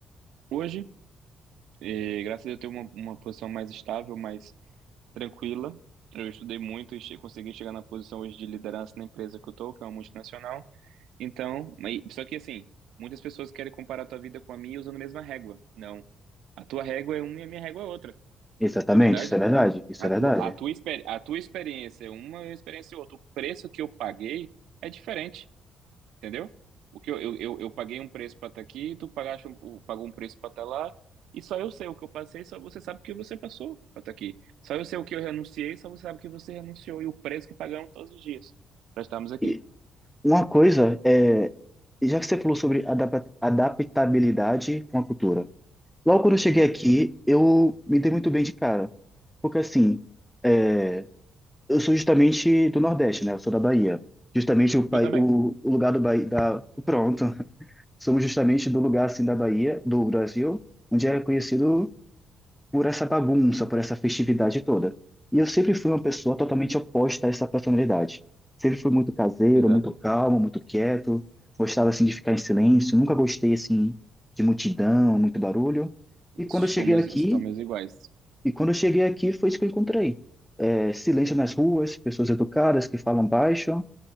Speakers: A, on the right; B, in the centre.
A: Hoje, eh, graças a Deus, eu tenho uma, uma posição mais estável, mais tranquila. Eu estudei muito e che- consegui chegar na posição hoje de liderança na empresa que eu tô, que é uma multinacional. Então, mas- só que assim, muitas pessoas querem comparar a tua vida com a minha usando a mesma régua. Não. A tua régua é uma e a minha régua é outra,
B: Exatamente,
A: não é verdade?
B: isso é verdade. Isso
A: A
B: é verdade.
A: tua, a tua, experi- a tua experiência é uma, a minha experiência é outra. O preço que eu paguei é diferente. Entendeu? O que eu, eu, eu, eu paguei um preço para estar aqui, tu pagaste um, o- pagou um preço para estar lá, e só eu sei o que eu passei, só você sabe o que você passou para estar aqui. Só eu sei o que eu renunciei, só você sabe o que você renunciou e o preço que pagamos todos os dias para estarmos aqui.
B: E uma coisa é, já que você falou sobre adap- adaptabilidade com a cultura. Logo quando eu cheguei
A: Sim.
B: aqui, eu me dei muito bem de cara. Porque assim, é, eu sou justamente do Nordeste, né? Eu sou da Bahia. Justamente o, pai-
A: Eu também,
B: o, o lugar do Bahia, da, pronto, somos justamente do lugar assim da Bahia, do Brasil, onde é conhecido por essa bagunça, por essa festividade toda. E eu sempre fui uma pessoa totalmente oposta a essa personalidade. Sempre fui muito caseiro,
A: exato.
B: muito calmo, muito quieto, gostava assim de ficar em silêncio, nunca gostei assim de multidão, muito barulho. E quando
A: Somos,
B: eu cheguei aqui,
A: somos iguais.
B: e quando eu cheguei aqui, foi isso que eu encontrei. É, silêncio nas ruas, pessoas educadas que falam baixo.